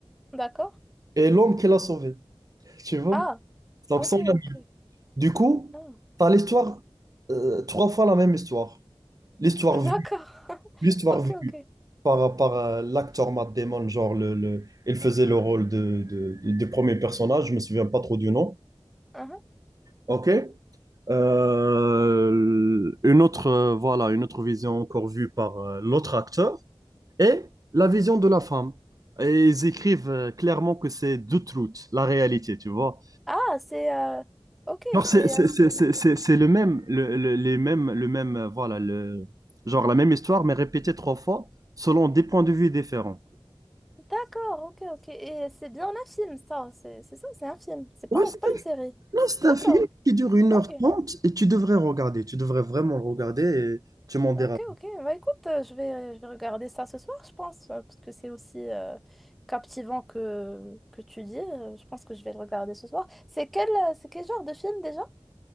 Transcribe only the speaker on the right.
et l'homme qui l'a sauvée, tu vois?
Donc,
sans
Du coup,
tu as l'histoire, euh, trois fois la même histoire. L'histoire
vue,
l'histoire
vue
par, par euh, l'acteur Matt Damon, genre, le, le- il faisait le rôle de, de- du premier personnage, je me souviens pas trop du nom.
OK. Euh, une autre, euh, voilà, une autre vision encore vue par euh, l'autre acteur et la vision de la femme. Et ils écrivent euh, clairement que c'est the truth, la réalité, tu vois.
Genre,
c'est c'est-
c'est- c'est- c'est- c'est le même, le, le- les mêmes, le même, euh, voilà, le, genre la même histoire, mais répétée trois fois selon des points de vue différents.
Ouais,
c'est
non, c'est
un film qui dure une
heure trente et tu devrais regarder. Tu devrais vraiment le regarder et tu m'en diras.